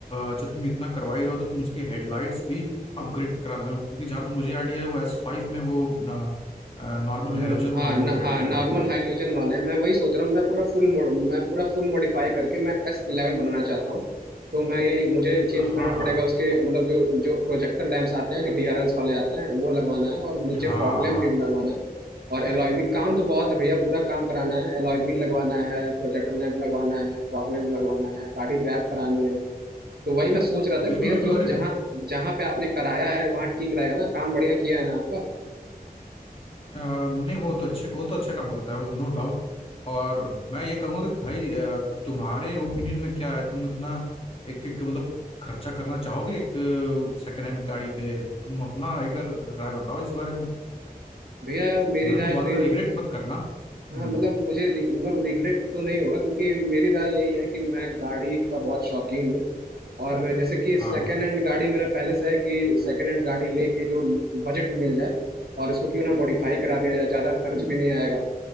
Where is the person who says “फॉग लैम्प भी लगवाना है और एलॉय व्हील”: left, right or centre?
Right